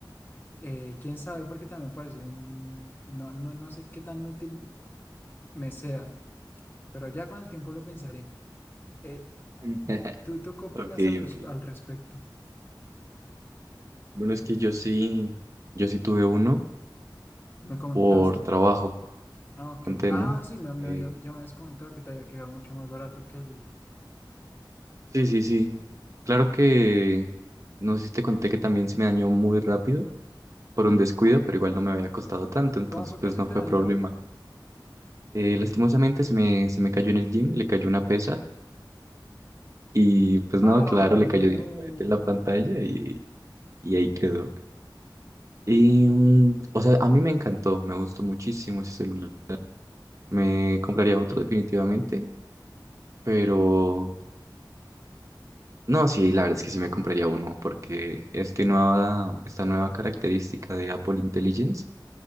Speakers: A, on the left; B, on the right.
A: eh, quién sabe, porque también parece un, no, no, no sé qué tan útil me sea, pero ya con el tiempo lo pensaré. Eh,
B: <laughs>
A: ¿tú, tú qué opinas
B: ok.
A: al, res-
B: ok.
A: al respecto?
B: Bueno, es que yo sí, yo sí tuve uno
A: Me comentaste.
B: por trabajo,
A: Ah, Ok.
B: conté,
A: Ah,
B: ¿no?
A: sí, me, me
B: Eh,
A: habías- ya me habías comentado que te había quedado mucho más barato que el...
B: sí, sí, sí. Claro que, no sé si te conté que también se me dañó muy rápido por un descuido, pero igual no me había costado tanto, entonces
A: ¿Cómo fue
B: pues
A: que se
B: no
A: te
B: fue
A: dañó?
B: problema. Eh, lastimosamente se me, se me cayó en el gym, le cayó una pesa y pues
A: Ay,
B: no, claro, le cayó
A: no.
B: directamente en la pantalla y, y ahí quedó. Y, mm, o sea, a mí me encantó, me gustó muchísimo ese celular. Me compraría otro definitivamente, pero no, sí, la verdad es que sí me compraría uno porque este nueva, esta nueva característica de Apple Intelligence,